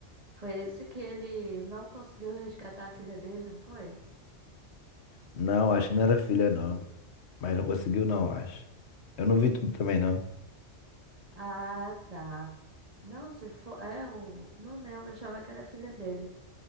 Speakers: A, on the right; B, on the left.
A: Foi esse que ele não conseguiu resgatar a filha dele, não foi?
B: Não, acho que não era filha, não. Mas não conseguiu, não, acho. Eu não vi tudo também, não.
A: Ah, tá. Não, se for. É, eu não lembro, achava que era a filha dele.